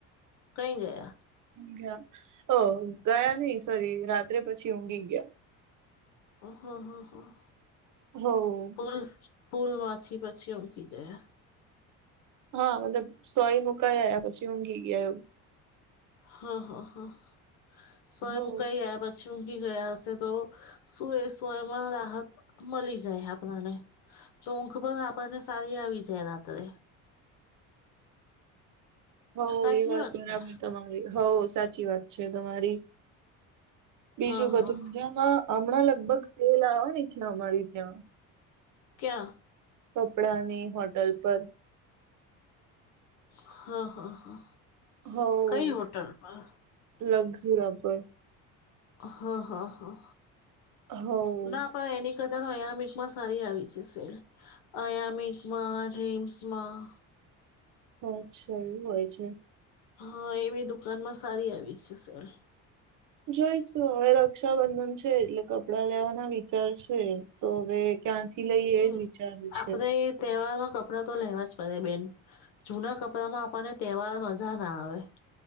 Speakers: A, on the left; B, on the right.
A: કઈ ગયા?
B: ઊઘ્યા ઓ ગયા નઈ સોરી રાત્રે પછી ઊંઘી ગયા.
A: હ હા હા હા.
B: હમ.
A: પુલ પુલ માંથી પછી ઊંઘી ગયા.
B: હા મતલબ સોય મુકાઈયા પછી ઊંઘી ગયા એવું.
A: હા હા હા, સોય
B: હો
A: મુકાઈ આયા પછી ઊંઘી ગયા હશે તો, સુએ સોયમાં રાહત મળી જાય આપણને. તો ઊંઘ પણ આપણને સારી આવી જાય રાત્રે.
B: હોવ
A: સાચી
B: એ વાત બરાબર
A: ને
B: તમારી હોવ સાચી વાત છે તમારી. બીજું
A: હા હા
B: બધું મજામાં હમણાં લગભગ સેલ આવ ની છે અમારી ત્યાં.
A: ક્યાં?
B: કપડા ની હોટલ પર.
A: હા હા હા.
B: હોવ
A: કઈ હોટલ પર
B: લગજયુરા પર.
A: હા હા હા,
B: હોવ
A: નાપણ એની કદા તો આયામિકમાં સારી આવી છે સેલ, આયામિકમાં ડ્રીમ્સમાં.
B: હા અચ્છા એવું હોય છે.
A: હા એવી દુકાનમાં સારી આવી છે સેલ.
B: જોઈશું હવે રક્ષાબંધન છે એટલે કપડા લેવાના વિચાર છે, તો હવે ક્યાંથી લઈ
A: હમ
B: એ જ વિચાર્યું
A: આપણે
B: છે.
A: તહેવારમાં કપડાં તો લેવા જ પડે બેન, જૂના કપડાંમાં આપણને તહેવાર મજા ના આવે.